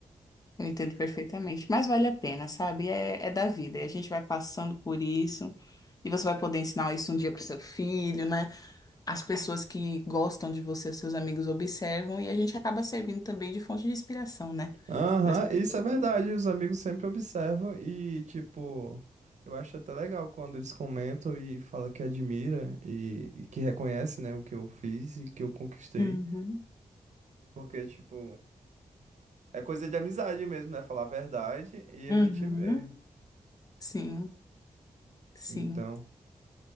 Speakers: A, on the left; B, on the right.
A: Eu entendo perfeitamente, mas vale a pena, sabe? É, é da vida, e a gente vai passando por isso, e você vai poder ensinar isso um dia pro seu filho, né? As pessoas que gostam de você, os seus amigos observam, e a gente acaba servindo também de fonte de inspiração, né?
B: Aham,
A: Pras pessoas.
B: isso é verdade. Os amigos sempre observam e, tipo, eu acho até legal quando eles comentam e falam que admira e, e que reconhece, né, o que eu fiz e que eu conquistei.
A: Uhum,
B: Porque, tipo, é coisa de amizade mesmo, né? Falar a verdade e
A: uhum.
B: a gente vê.
A: Sim, sim.
B: Então,